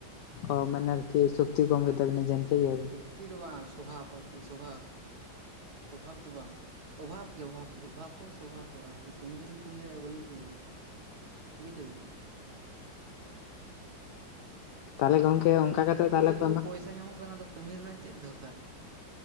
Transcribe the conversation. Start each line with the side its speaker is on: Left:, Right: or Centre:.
Left: ᱚ ᱢᱟᱱᱮ ᱟᱨᱠᱤ ᱥᱚᱠᱛᱤ ᱠᱚᱢ ᱜᱮ ᱛᱟᱵᱤᱱᱟ ᱡᱮᱱᱛᱮ ᱜᱮᱭᱟ ᱵᱤᱱ ᱾
Right: ᱥᱚᱠᱛᱤ ᱫᱚ ᱵᱟᱝᱟᱱ ᱥᱚᱵᱷᱟᱵᱽ ᱟᱨᱠᱤ ᱥᱚᱵᱷᱟᱵᱽ ᱚᱵᱷᱟᱵᱽ ᱫᱚ ᱵᱟᱝ ᱾ ᱚᱵᱷᱟᱵᱽ ᱜᱮ ᱚᱵᱷᱟᱵᱽ ᱜᱮ ᱚᱵᱷᱟᱵᱽ ᱦᱚᱸ ᱥᱵᱷᱟᱵ ᱦᱚᱸ ᱟᱨᱠᱤ ᱠᱟᱹᱢᱤ ᱫᱚᱞᱤᱧ ᱠᱟᱹᱢᱤ ᱫᱟᱲᱮᱭᱟᱜᱼᱟ ᱵᱟᱹᱞᱤᱧ ᱠᱟᱹᱢᱤᱭᱟ᱾ ᱵᱩᱡ ᱫᱟᱵᱤᱱ
Left: ᱛᱟᱦᱚᱞᱮ ᱜᱚᱝᱠᱮ ᱚᱱᱠᱟ ᱠᱟᱛᱮ
Right: ᱢᱟᱱᱮ
Left: ᱛᱟᱦᱚᱞᱮ
Right: ᱫᱩᱲᱩᱵ
Left: ᱠᱚ
Right: ᱫᱩᱲᱩᱵ
Left: ᱮᱢᱟ
Right: ᱯᱚᱭᱥᱟ ᱧᱟᱢᱚᱜ ᱠᱟᱱᱟ ᱚᱱᱟ ᱫᱚ ᱠᱟᱹᱢᱤ ᱨᱮᱱᱟᱜ ᱪᱮᱫ ᱫᱚᱨᱠᱟᱨ ᱾